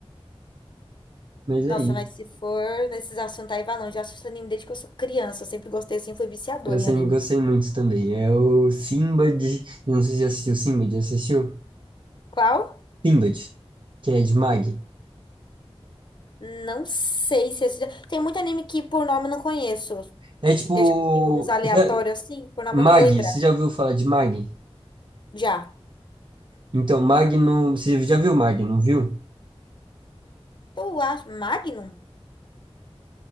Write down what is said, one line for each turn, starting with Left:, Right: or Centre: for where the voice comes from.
Right: Mas é
Left: Nossa,
Right: aí.
Left: mas se for nesses assuntos aí, vai longe. Eu assisto anime desde que eu sou criança. Eu sempre gostei, assim, fui viciadora
Right: Eu sempre
Left: em anime.
Right: gostei muito também. É o Sinbad. eu Não sei se já assistiu Sinbad, já assistiu?
Left: Qual?
Right: Sinbad, que é de Mag.
Left: Não sei se... esse- Tem muito anime que por nome eu não conheço.
Right: É tipo.
Left: Eu já vi uns aleatórios
Right: Já,
Left: assim, por na
Right: Mag,
Left: mão não vou lembrar.
Right: você já ouviu falar de Mag?
Left: Já.
Right: Então, Mag não. Você já viu Mag, não viu?
Left: Eu acho. Magnum?